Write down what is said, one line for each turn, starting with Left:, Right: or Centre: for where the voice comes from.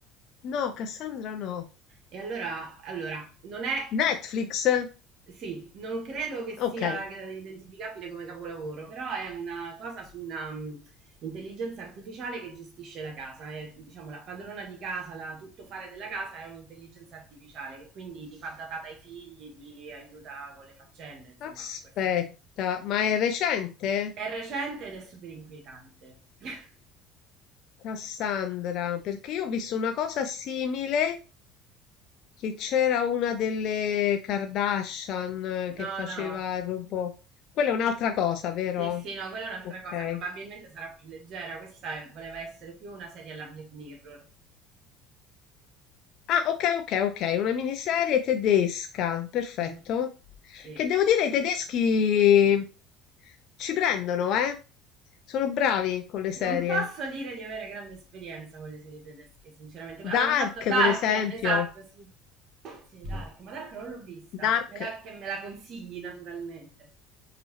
Left: No, Cassandra no.
Right: E allora, allora non è
Left: Netflix?
Right: Sì, non credo che sia
Left: Ok,
Right: eh, identificabile come capolavoro, però è una cosa su una mh, intelligenza artificiale che gestisce la casa, è, diciamo la padrona di casa, la tuttofare della casa è un'intelligenza artificiale che quindi ti fa da tata ai figli, ti aiuta con le faccende, insomma,
Left: aspetta,
Right: questo.
Left: ma è recente?
Right: È recente ed è super inquietante. <laughs>
Left: Cassandra, perché io ho visto una cosa simile che c'era una delle Kardashian eh, che
Right: No,
Left: faceva
Right: no,
Left: il robot. Quella è un'altra cosa, vero?
Right: sì, sì, no, quella è un'altra
Left: Ok.
Right: cosa, probabilmente sarà più leggera, questa è- voleva essere più una serie alla Black Mirror.
Left: Ah, ok, ok, ok, una miniserie tedesca, perfetto.
Right: Mm. Sì.
Left: Che devo dire, i tedeschi ci prendono, eh? Sono bravi con le
Right: Non
Left: serie.
Right: posso dire di avere grande esperienza con le serie tedesche, sinceramente. Avevano
Left: Dark,
Right: fatto Dark,
Left: per esempio.
Right: esatto, sì. Sì, Dark, ma Dark non l'ho vista.
Left: Dark,
Right: Me la, che me la consigli, naturalmente.